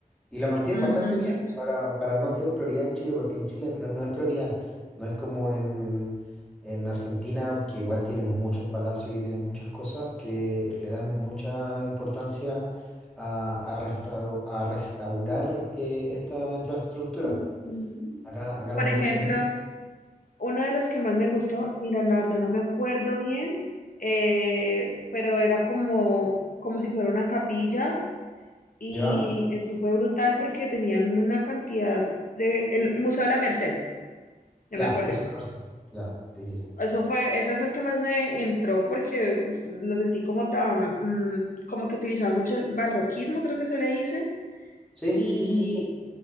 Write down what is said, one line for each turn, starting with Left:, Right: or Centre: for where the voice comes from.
Centre: y la mantienen
Left: Ujú,
Centre: bastante bien para, para no ser prioridad en Chile, porque en Chile no, no es prioridad. No es como en, en Argentina, que igual tienen muchos palacios y tienen muchas cosas que le dan mucha importancia a, a, restau- a restaurar eh, esta infraestructura.
Left: ujú.
Centre: Acá, acá
Left: Por
Centre: no es
Left: ejemplo,
Centre: muy común.
Left: Uno de los que más me gustó, mira, la verdad no me acuerdo bien, eh, pero era como, como si fuera una capilla y
Centre: ¿Ya?
Left: eso fue brutal porque tenían una cantidad de... El Museo de la Merced, ya
Centre: Ya,
Left: me acordé.
Centre: Museo de la Persona. Ya, sí, sí, sí.
Left: Eso fue, ese fue el que más me entró porque uf, lo sentí como tan, mm, como que utilizaban mucho el barroquismo, creo que se le dice.
Centre: Sí,
Left: y
Centre: sí, sí, sí, sí.